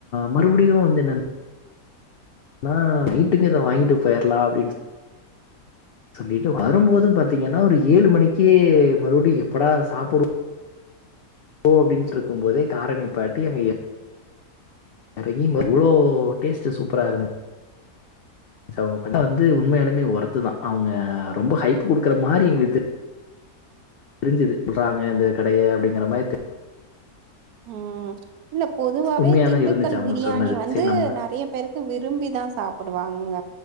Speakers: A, on the left; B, on the right.
A: மறுபடியு வந்து என்னன் அனா நைட்டுக்கு இத வாங்கிட்டு போயிறலா அப்டின்னு சொல்லிட்டு வரும்போது பாத்தீங்கன்னா ஒரு ஏழு மணிக்கே மறுபுடியு எப்படா சாப்புடுவோ அப்டின்ஸ்ட்டு இருக்கும் போதே கார நிப்பாட்டி அங்க எ எறங்கி ம இவ்ளோ டேஸ்ட் சூப்பரா இருந் சு அவங்க பண்ண வந்து உண்மயாலுமே ஒர்த்துதா அவங்க ரொம்ப ஹைப் குடுக்குற மாறி எங்களுக்கு தெரிஞ்சுது சொல்றாங்க இந்த கடைய அப்டிங்குற மாரி தெரி
B: ம் இல்ல பொதுவாவே
A: உண்மையா
B: திண்டுக்கல்
A: தான் இருந்துச்சு அவங்க
B: பிரியாணி
A: சொன்னது.
B: வந்து
A: சரி நம்ம
B: நெறய பேருக்கு விரும்பி தா சாப்புடுவாங்க